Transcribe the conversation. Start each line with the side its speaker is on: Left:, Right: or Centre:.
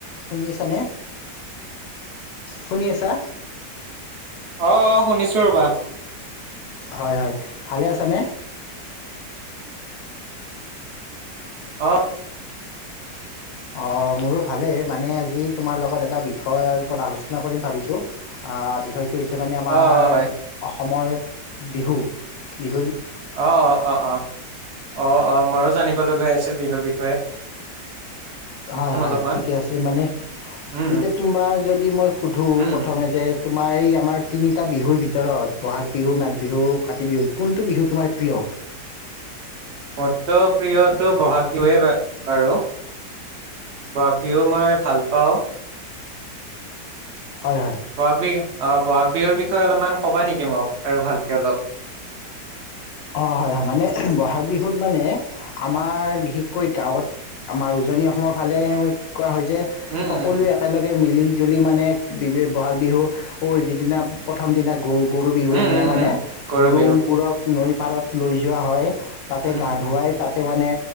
Left: শুনি আছা নে শুনি আছা
Right: অঁ অঁ শুনিছো ৰ'বা
Left: হয় হয় ভালে আছানে
Right: অঁ
Left: অঁ মোৰো ভালেই মানে আজি তোমাৰ লগত এটা বিষয়ৰ ওপৰত আলোচনা কৰিম ভাবিছোঁ বিষটো সেইটো হৈছে মানে আমাৰ
Right: অ হয়
Left: অসমৰ বিহু বিহু
Right: অঁ অঁ অঁ অঁ অঁ অঁ মই ও জানিম লগ আছিল বিহুৰ বিষয়ে
Left: হয় হয়
Right: অলপমান
Left: ঠিকে আছে মানে
Right: উম
Left: এতিয়া তোমাৰ যদি যদি মই সুধোঁ
Right: উম
Left: প্ৰথমে যে তোমাৰ এই আমাৰ তিনিটা বিহুৰ ভিতৰত বহাগ বিহু মাঘ বিহু কাতি বিহু কোনটো বিহু তোমাৰ প্ৰিয়
Right: মোৰ প্ৰিয়টো বহাগ বিহুৱেই বাৰু বহাগ বিহু মই ভাল পাওঁ
Left: হয় হয়।
Right: বহাগ বিহু আহঁ বহাগ বিহুৰ বিষয়ে অলপমান ক'বা নেকি মোক আৰু ভালকৈ অলপ
Left: অঁ হয় হয় মানে বহাগ বিহুত মানে আমাৰ বিশেষকৈ গাঁৱত আমাৰ উজনি অসমৰ ফালে কোৱা হৈছে
Right: উম
Left: সকলো
Right: উম উম
Left: একেলগে মিলি জুলি মানে বহাগ বিহুৰ যিদিনা প্ৰথম দিনা গৰু গৰু বিহুৰ
Right: উম
Left: দিনা
Right: উম
Left: মানে
Right: উম গৰু
Left: গৰুবোৰক
Right: বিহু
Left: নৈৰ পাৰত লৈ যোৱা হয় তাতে
Right: উম
Left: গা
Right: উম
Left: ধুৱাই তাত তে মানে